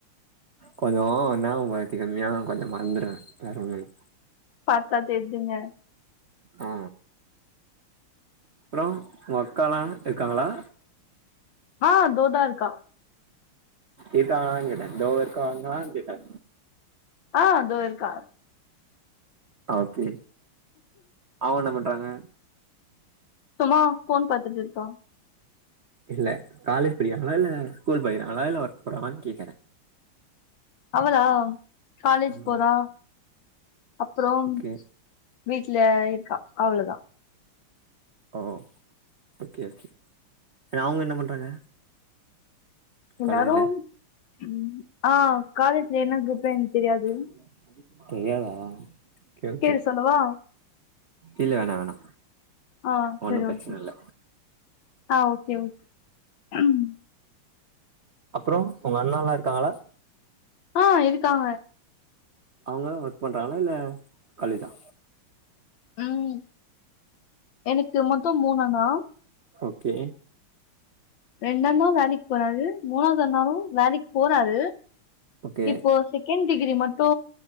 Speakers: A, on the right; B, on the left.
A: கொஞ்ச நாபக மறதி கம்மியா கொஞ்ச மறந்துருவ வேற ஒண்ணு இல்
B: பாத்தா தெர்துங்க
A: ஆ அப்ற உங்கக்காலா இருக்காங்களா
B: ஆ தோதா இருக்கா
A: இருக்காங்களான் கேட்ட தோ இருக்காங்களான் கேக்கல
B: ஆ தோ இருக்கா
A: ஓகே ஆவன பட் பாங்க
B: சும்மா ஃபோன் பாத்துட்டு இருக்கா
A: இல்ல காலேஜ் படிக்கிறாங்களா இல்ல ஸ்கூல் படிக்கிறாங்களா இல்ல ஒர்க் போறாங்களான் கேக்குறேன்
B: அவளா காலேஜ்
A: ஆமா
B: போறா அப்புறோம்
A: ஓகே
B: வீட்ல இருக்கா அவ்ளதா
A: ஓ ஓகே ஓகே சேர் அவ்ங்க என்ன பண்றாங்க
B: எல்லாரும்
A: காலேஜ்ல
B: ம் ஆ காலேஜ்ல
A: குரூப்
B: என்ன
A: வேற
B: குரூப்னு
A: காலேஜ்
B: எனக்கு தெரியாது
A: <unintelligible> எப்டி தெரியாதா ஓகே ஓகே
B: கே சொல்லவா
A: இல்ல வேணா வேணா
B: ஆ சரி
A: ஒன்னும் பிரச்சன
B: ஓகே
A: இல்ல
B: ஆ ஓகே ஒ உம்
A: அப்புறோம் ஒங்க அண்ணலா இருக்காங்களா
B: ஆ இருக்காங்க
A: அவ்ங்களா ஒர்க் பண்றாங்களா இல்ல காலேஜா
B: ம் எனக்கு மொத்தம் மூணா னா
A: ஓகே
B: ரெண்ட் நாள்தா வேலைக்கு போனாரு மூணாவது நாளு வேலைக்கு போறாரு
A: ஓகே
B: இப்போ செகெண்ட் டிகிரி மட்டு